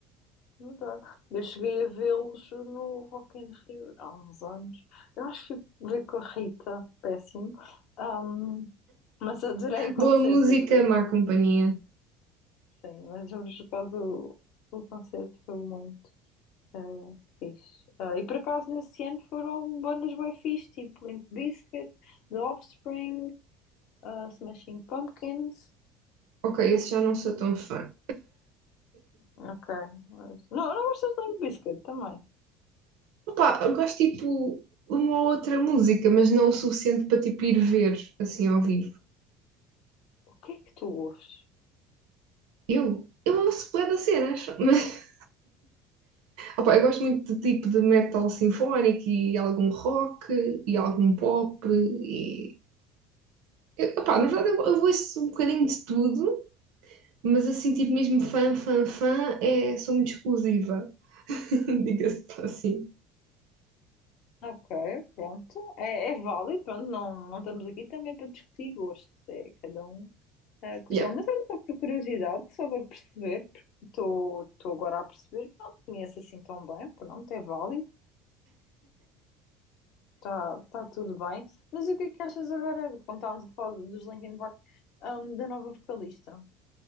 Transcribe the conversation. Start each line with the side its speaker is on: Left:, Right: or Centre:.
Left: Não dá. Eu cheguei a vê-los no Rock in Rio há uns anos. Eu acho que fui ver com a Rita, péssimo. Ahm, mas adorei o concerto,
Right: Boa música,
Left: adorei.
Right: má companhia.
Left: Sim, mas por acaso o, o concerto foi muito eh, fixe. Ah, e por acaso nesse ano foram bandas bem fixe, tipo Limp Bizkit, The Offspring, ah, Smashing Pumpkins.
Right: Ok, esse já não sou tão fã.
Left: Ok. mas- Não, não gostas de Limp Bizkit também.
Right: Opa, eu gosto tipo uma outra música, mas não o suficiente para tipo ir ver assim ao vivo.
Left: O que é que tu ouves?
Right: Eu? Eu ouço bué das cenas, <laughs> mas opa, eu gosto muito de tipo de metal sinfónico e algum rock e algum pop e eu- opa, na verdade eu, eu ouço um bocadinho de tudo, mas assim tipo mesmo fã, fã, fã, é, sou muito exclusiva, <laughs> diga-se assim.
Left: Ok, pronto. É, é válido, pronto. Não, não estamos aqui também para discutir gostos. É cada um eh, com
Right: Yeah.
Left: o seu. Mas é só por curiosidade, só para perceber, porque estou estou agora a perceber que não te conheço assim tão bem. Pronto, é válido, está tá tá tudo bem. Mas o que é que achas agora, como estávamos a falar dos Linkin Park, hum, da nova vocalista?